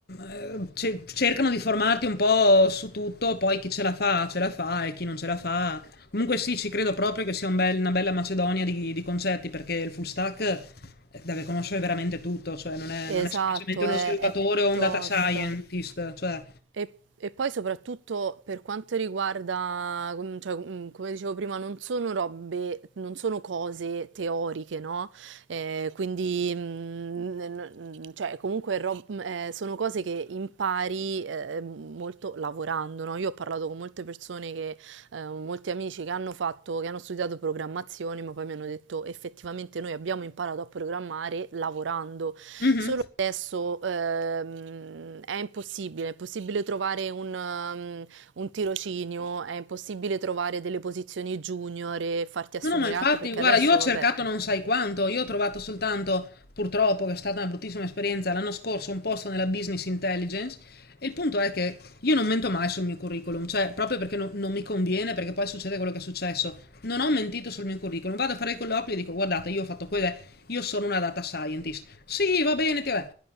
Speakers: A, on the left; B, on the right.
A: eh, ce- cercano di formarti un po' su tutto, poi chi ce la fa ce la fa e chi non ce la fa Comunque sì, ci credo proprio che sia un bel- una bella macedonia di, di concetti, perché il full stack eh, deve conoscere veramente tutto, cioè non è,
B: esatto,
A: non è semplicemente uno
B: è,
A: sviluppatore
B: è
A: o un
B: tosta.
A: data scientist, cioè...
B: E, e poi soprattutto per quanto riguarda, com- cioè, com- come dicevo prima, non sono robe, non sono cose teoriche, no? Eh, quindi, mm, n- n- cioè, comunque ro- m- eh, sono cose che impari eh, molto lavorando, no? Io ho parlato con molte persone che, eh, molti amici che hanno fatto, che hanno studiato programmazione, ma poi mi hanno detto effettivamente noi abbiamo imparato a programmare lavorando.
A: Mhm.
B: Adesso ehm, è impossibile, è impossibile trovare un, um, un tirocinio, è impossibile trovare delle posizioni junior e farti assumere,
A: No, no, ma infatti,
B: anche perché
A: guarda,
B: adesso,
A: io ho cercato
B: vabbè,
A: non sai quanto, io ho trovato soltanto, purtroppo, che è stata una bruttissima esperienza, l'anno scorso un posto nella business intelligence e il punto è che io non mento mai sul mio curriculum, cioè proprio perché no- non mi conviene, perché poi succede quello che è successo. Non ho mentito sul mio curriculum, vado a fare i colloqui e dico, guardate, io ho fatto quelle, io sono una data scientist. Sì, va bene, ti vabbè.